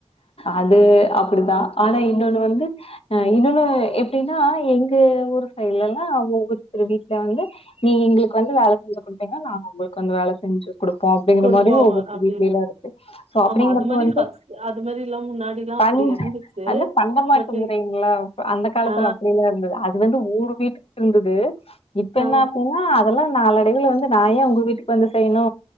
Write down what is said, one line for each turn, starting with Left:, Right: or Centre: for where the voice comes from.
Left: அது அப்டிதா ஆனா இன்னொன்னு வந்து அ இன்னொன்னு எப்டின்னா எங்க ஊரு சைட்லல்லா ஒவ்வொருத்தரு வீட்ல வந்து நீங்க எங்களுக்கு வந்து வேல செஞ்சு குடுத்தீங்னா நாங்க ஒங்களுக்கு வந்து வேல செஞ்சு குடுப்போ அப்டிங்கிற
Right: கொடுப்போ
Left: மாரியு ஒவ்வொருத்தர்
Right: அப்டின்னு
Left: வீட்லைலா இருக்கு சோ அப்டிங்ற
Right: ஆமா அது மாரி
Left: வந்து
Right: ஃபஸ்ட் அது மாரில்லா முன்னாடில்லா
Left: பண்
Right: அப்டி இருந்துச்சு
Left: அது என்ன பண்டமாற்று
Right: பட்
Left: முறைங்லா அப்ப அந்த காலத்துல
Right: ஆ
Left: அப்டியெல்லா இருந்துது அது வந்து ஒவ்வொரு வீட்டுக்கு இருந்துது இப்ப
Right: ஆ
Left: என்ன அப்டி னா அதெல்லா நாளடைவுல வந்து நா ஏ உங்க வீட்டுக்கு வந்து செய்னு